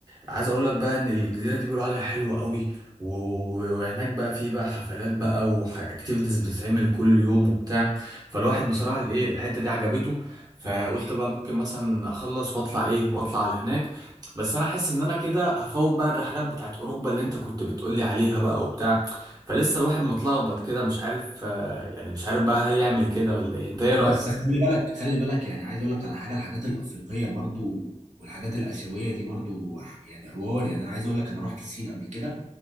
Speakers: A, on the right (about 30°); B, on the right (about 75°).
A: عايز اقول لك بقى ان الجزيره دي بيقولوا عليها حلوه قوي و- وهناك بقى في بقى حفلات بقى واكتيفيتيز بتتعمل كل يوم وبتاع فالواحد بصراحة الايه الحتة دي عجبته فقلت بقى ممكن مثلا اخلص واطلع ايه واطلع على هناك بس انا حاسس ان انا كده هفوت بقى الرحلات بتاعت اوروبا اللي انت كنت بتقولي عليها بقى وبتاع فلسه الواحد متلخبط كده مش عارف آه، يعني مش عارف بقى هل يعمل كده ولا ايه انت ايه
B: بس
A: رأيك
B: خلي بالك خلي بالك يعني عايز اقول لك على حاجه الحاجات الافريقيه برضو والحاجات الاسيويه دي برضو ح- يعني حوار يعني انا عايز اقول لك انا رحت الصين قبل كده